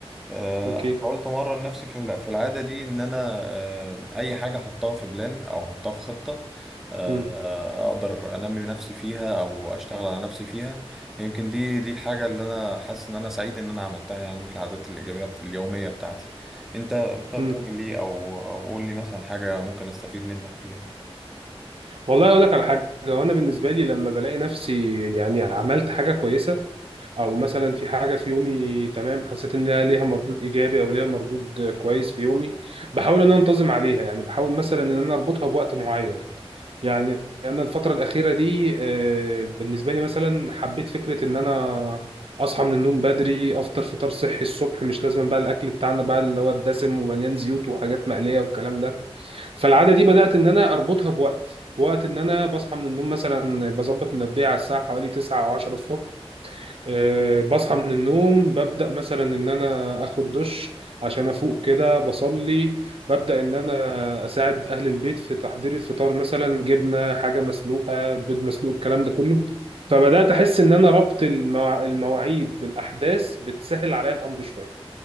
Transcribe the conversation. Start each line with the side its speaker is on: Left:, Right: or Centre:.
Centre: آه،
Right: اوكي
Centre: حاولت امرن نفسي في الع- في العاده دي ان انا آه، اي حاجه احطها في بلان او احطها في خطه آه،
Right: امم
Centre: اقدر انمي نفسي فيها او اشتغل على نفسي فيها يمكن دي دي الحاجه اللي انا حاسس ان انا سعيد ان انا عملتها يعني في العادات الايجابيه بت- اليوميه بتاعتي انت انت بتعمل
Right: امم
Centre: ايه او أو قول لي مثلا حاجه ممكن استفيد منك فيها
Right: والله اقول لك على حاجه وانا بالنسبه لي لما بلاقي نفسي يعني عملت حاجه كويسه او مثلا في حاجه في يومي تمام حسيت ان ليها ليها مردود ايجابي او ليها مردود كويس في يومي بحاول ان انا انتظم عليها يعني بحاول مثلا ان انا اربطها بوقت معين يعني انا الفتره الاخيره دي آه، بالنسبه لي مثلا حبيت فكره ان انا اصحى من النوم بدري افطر فطار صحي الصبح مش لازم بقى الاكل بتاعنا بقى اللي هو الدسم ومليان زيوت وحاجات مقليه والكلام ده فالعاده دي بدات ان انا اربطها بوقت وقت ان انا بصحى من النوم مثلا بظبط منبهي على الساعه حوالي 9 او 10 الصبح أه، بصحى من النوم ببدأ مثلا إن أنا آخد دش عشان أفوق كده بصلي ببدأ إن أنا أساعد أهل البيت في تحضير الفطار مثلا جبنة حاجة مسلوقة بيض مسلوق الكلام ده كله فبدأت أحس إن أنا ربط المواع- المواعيد بالأحداث بتسهل عليا الأمر شوية